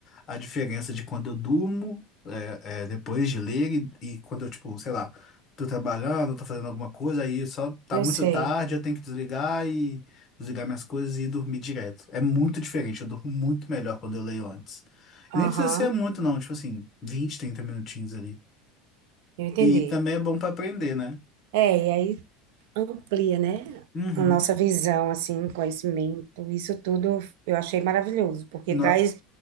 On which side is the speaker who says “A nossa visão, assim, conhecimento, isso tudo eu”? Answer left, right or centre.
Right